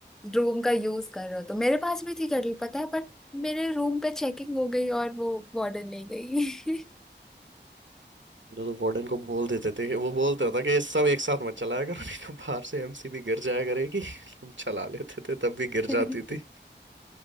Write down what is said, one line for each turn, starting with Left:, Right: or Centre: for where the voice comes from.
Centre: रूम का यूज कर रहे हो तो मेरे पास भी थी केटल पता है बट मेरे रूम पे चेकिंग हो गई और वो वार्डन ले गई
Right: ना तो वार्डन को बोल देते थे कि- वो बोलता था कि ये सब एक साथ मत चलाया करो नहीं तो बाहर से एमसीबी गिर जाया करेगी <laughs> हम चला लेते थे तब भी गिर
Centre: <laughs>
Right: जाती थी